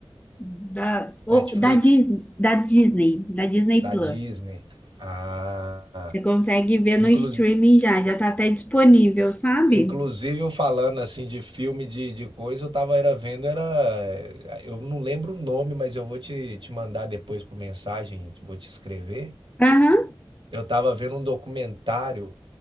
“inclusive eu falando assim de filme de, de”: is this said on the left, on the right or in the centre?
Right